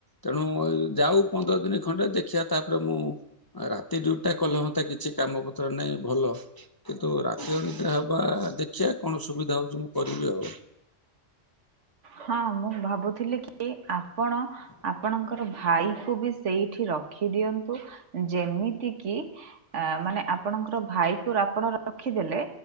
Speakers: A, on the left (about 30°); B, on the right (about 70°).
A: ତେଣୁ ଯାଉ ପନ୍ଦର ଦିନ ଖଣ୍ଡେ ଦେଖିବା ତାପରେ ମୁଁ ରାତି ଡ୍ୟୁଟିଟା କଲେ ମତେ କିଛି କାମ ନାଇ ଭଲ କିନ୍ତୁ ରାତି ଅନିଦ୍ରା ହବା ଦେଖ ଖିଆ କଣ ସୁବିଧା ହଉଛି ମୁଁ କରିବି ଆଉ।
B: ହଁ ମୁଁ ଭାବୁଥିଲି କି ଆ ଆପଣ ଆପଣଙ୍କର ଭାଇ କୁ ବି ସେଇଠି ର ରଖି ଦିଅନ୍ତୁ ଯେମିତି କିି ମାନେ ଆ ଆପଣଙ୍କର ଭାଇ କୁ ଆପଣ ରଖି ଦେଲେ